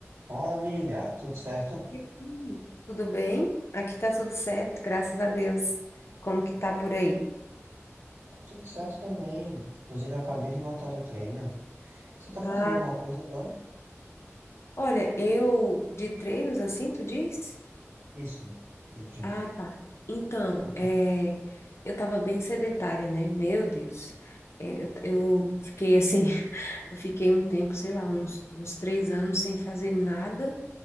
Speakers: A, on the right (about 75°); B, on the left (about 60°).
A: Fala, amiga. Tudo certo?
B: E aí, tudo bem? Aqui tá tudo certo, graças a Deus. Como que tá por aí?
A: Tá Tudo certo também. Inclusive, eu acabei de voltar do treino. Você tá fazendo
B: Ah,
A: alguma coisa agora?
B: olha, eu de treinos assim, tu diz?
A: Isso, de treinos.
B: Ah, tá. Então,
A: <laughs>
B: é, eu tava bem sedentária, né? Meu Deus. É, eu, eu fiquei assim, <laughs> eu fiquei um tempo, sei lá, uns, uns três anos sem fazer nada,